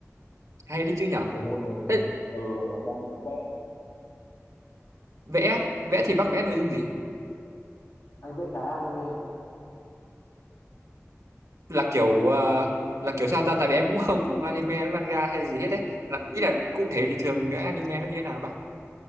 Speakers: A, on the right (about 80°); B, on the left (about 80°).
A: hay đấy chứ nhở
B: cái môn này
A: Thế
B: ờ ở ngoài ra anh thích vẽ
A: vẽ vẽ thì bác vẽ nội dung gì
B: anh vẽ cái anime
A: là kiểu ờ, là kiểu sao ta tại vì em cũng <laughs> không không anime với manga hay gì hết đấy là ý là cụ thể thì thường cái anime nó như thế nào bác